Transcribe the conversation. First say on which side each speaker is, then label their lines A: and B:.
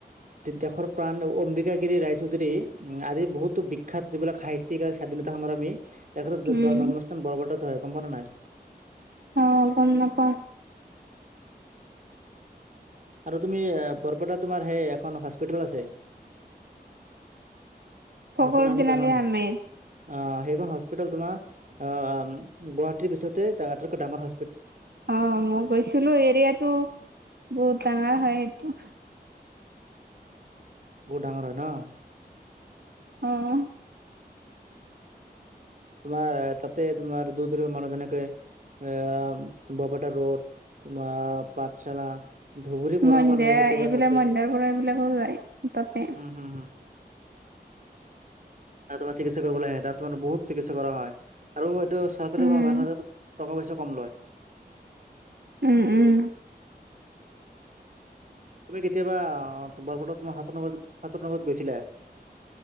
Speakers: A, on the right (about 50°); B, on the right (about 75°).
A: দেশৰ প্ৰাণ অম্বিকা গিৰি ৰাইচৌধুৰী উম আদি বহুতো বিখ্যাত যিবিলাক সাহিত্যিক আ স্বাধীনতা সংগ্ৰামী, তেখতে
B: উম
A: জন্মস্থান বৰৱৰ্তত হয়। কম্পন নাই?
B: অ' গম নাপাওঁ
A: আৰু তুমি বৰপেটাত তোমাৰ সেই এখন হস্পিতেল আছে।
B: ফকৰুদ্দিন
A: হস্পিতাল নমটো জানা
B: আলি
A: নাই?
B: আহমেদ
A: অ' সেইখন হস্পিতেল তোমাৰ অ' গুৱাহাটীৰ পিছতে আটাইতকৈ ডাঙৰ হ
B: অ, মই গৈছিলো এৰিয়াতটো বহুত ডাঙৰ হয় সেইটো।
A: বহুত ডাঙৰ হয় ন'।
B: আহ।
A: তোমাৰ তাতে তোমাৰ দূৰ-দূৰ মানুহ যেনেকে আহ বৰপেটাটা ৰোড তোমাৰ পাঠশালা, ধুবুৰী পৰা
B: মন্দিয়া
A: মানুহে কেতিয়াবা
B: এইবিলাক
A: তাতে
B: মন্দিয়াৰ পৰা এইবিলাকো যায় তাতে
A: উম হম হম। তোমাৰ চিকিৎসা কৰিবলৈ আহে, তাত তমাৰ বহুত চিকিৎসা কৰা হয়। আৰু চৰকাৰী
B: উম
A: ভাৱ ন' য টকা পইচা কম লয়।
B: উম উম।
A: তুমি কেতিয়াবা বৰপটা তোমাৰ সতোৰনগৰ সতোৰনগৰত গৈছিলা।